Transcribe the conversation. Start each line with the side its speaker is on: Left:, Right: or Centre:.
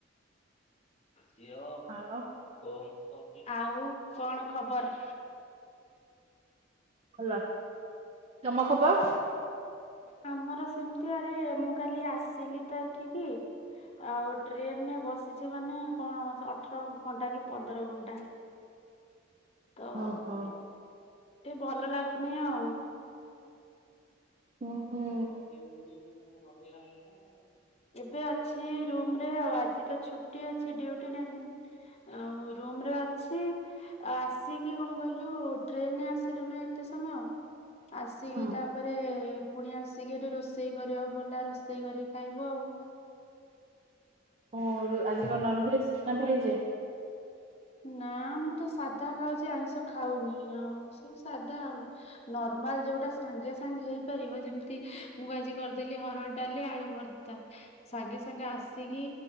Left: ଝିଅ
Right: ଆଉ
Left: ଫୋନ୍ କରଚି ଆଉ କଣ ଖବର୍?
Right: ଭଲ ତମ ଖବର୍?
Left: ଆମର ସେମିତି ଆରେ ମୁଁ କାଲି ଆସିଲି ତ ଏଠିକି ଆଉ ଟ୍ରେନ ରେ ବସିଛି ମାନେ କଣ ଅଠର ଘଣ୍ଟା କି ପନ୍ଦର ଘଣ୍ଟା।
Right: <unintelligible>
Left: ତ
Right: ଓହୋ
Left: ଟି- ଟିକେ ଭଲ ଲାଗୁନି ଆଉ।
Right: ଓହୋ।
Left: <unintelligible> ମୁଁ ଲଗେଇବା କଥା ଆଉ ଏବେ ଅଛି ରୁମ୍ ରେ ଆଉ ଆଜି ତ ଛୁଟି ଅଛି ଡ୍ୟୁଟି ନାହିଁ ଆଉ ରୁମ୍ ରେ ଅଛି ଆ-ଆସିକି କଣ କହିଲୁ ଟ୍ରେନରେ ଆସିଲୁ ନା ଏତେ ସମୟ ଆସିକି
Right: ହୁଁ
Left: ତାପରେ ପୁଣି ଆସିକି ଏଠି ରୋଷେଇ କରିବାକୁ ପଡ଼ିଲା ରୋଷେଇ କରିକି ଖାଇବୁ ଆଉ।
Right: ଓ ଆଜି କଣ ନନ୍ଭେଜ ନା ଭେଜ୍?
Left: ନା ମୁଁ ତ ସାଧା ଖାଉଛି ଆଇଁଷ ଖାଉନି ଆଉ ସେ ସାଧା ଆଉ। ନର୍ମାଲ ଯୋଉଟା ସାଙ୍ଗେ ସାଙ୍ଗେ ହେଇପାରିବ ଯେମିତି ମୁଁ ଆଜି କରିଦେଲି ହରଡ଼ ଡାଲି ଆଳୁ ଭର୍ତା ତା ସାଙ୍ଗେ ସାଙ୍ଗେ ଆସିକି